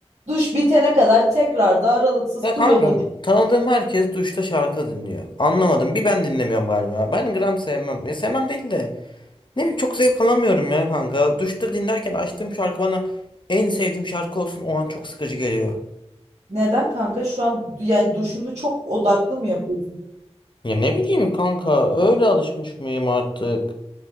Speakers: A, on the right; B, on the left.
A: Duş bitene kadar tekrar da aralıksız
B: Ya
A: full
B: kanka
A: onu din-
B: tanıdığım herkes duşta şarkı dinliyor. Anlamadım. Bir ben dinlemiyorum galiba. Ben gram sevmem. Ya sevmem değil de. Ne bileyim çok zevk alamıyorum ya kanka. Duşta dinlerken açtığım şarkı bana en sevdiğim şarkı olsun o an çok sıkıcı geliyor.
A: Neden kanka? Şu an yani duşunu çok odaklı mı yapıyorsun?
B: Ya ne bileyim kanka öyle alışmış mıyım artık?